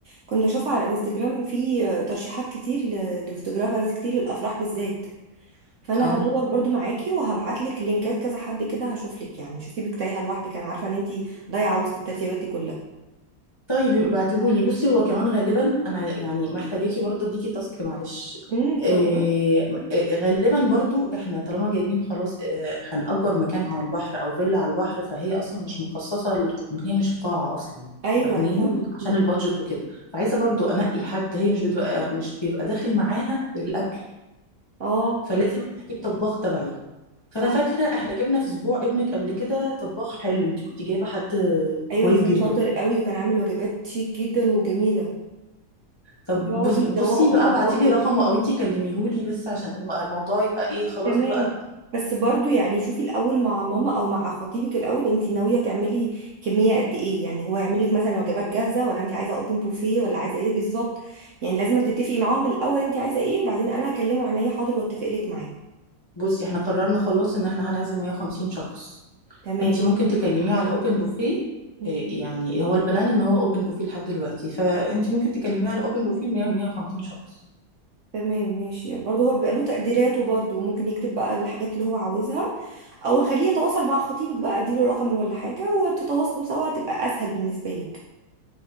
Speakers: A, on the right; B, on the left.
A: كنت بشوف على الانستجرام في آه، ترشيحات كتير ل- لفوتوغرافرز كتير للافراح بالذات فانا
B: اه
A: هدور برضو معاكي وهبعت لك لينكات كذا حد كده هشوف لك يعني مش هسيبك تايهه لوحدك انا عارفه ان انت ضايعه وسط الترتيبات دي كلها
B: طيب ابعتيهولي بصي هو كمان غالبا انا يعني محتاجاكي برضه اديكي تاسك معلش
A: امم اتفضلي
B: إيه إيه، غالبا برضو احنا طالما جايبين خلاص إيه، هنأجر مكان على البحر او فيلا على البحر فهي اصلا مش مخصصة للق- هي مش قاعة اصلا
A: ايوه
B: فاهميني
A: انا فاهمه
B: عشان
A: أمم،
B: البادجت وكده فعايزة برضو انقي حد هي مش بتبقى مش بيبقى داخل معاها الاكل
A: اه
B: فلازم انا اجيب طباخ تبعي فانا
A: صح
B: فاكرة احنا جبنا في اسبوع ابنك قبل كده طباخ حلو انت كنت جايبة حد
A: ايوه
B: كويس
A: كان
B: جدا
A: شاطر قوي وكان عامل وجبات شيك جدا وجميله
B: طب
A: وبيقعدوا
B: بص بصي
A: يدوقوا في
B: بقى
A: الاطباق
B: ابعتي لي
A: كده
B: رقمه او انتي كلميهولي بس عشان الم- الموضوع يبقى ايه خلاص
A: تمام
B: بقى
A: بس برضو يعني شوفي الاول مع ماما او مع خطيبك الاول انت ناويه تعملي كميه قد ايه يعني هو يعمل لك مثلا وجبات جاهزه ولا انت عايزه اوبن بوفيه ولا عايزه ايه بالظبط يعني لازم تتفقي معاهم الاول انت عايزه ايه وبعدين انا هكلمه عينيا حاضر واتفق لك معاه
B: بصي احنا قررنا خلاص ان احنا هنعزم 150 شخص
A: تمام
B: فانتي ممكن تكلميه على اوبن بوفيه
A: مم.
B: يعني هو البلان ان هو اوبن بوفيه لحد دلوقتي فانتي ممكن تكلميه على اوبن بوفيه 100 150 شخص
A: تمام ماشي يعني برضو هو بيبقى له تقديراته برضو وممكن يكتب بقى الحاجات اللي هو عاوزها او خليه يتواصل مع خطيبك بقى اديله رقمه ولا حاجه وتتواصلوا سوا تبقى اسهل بالنسبه لك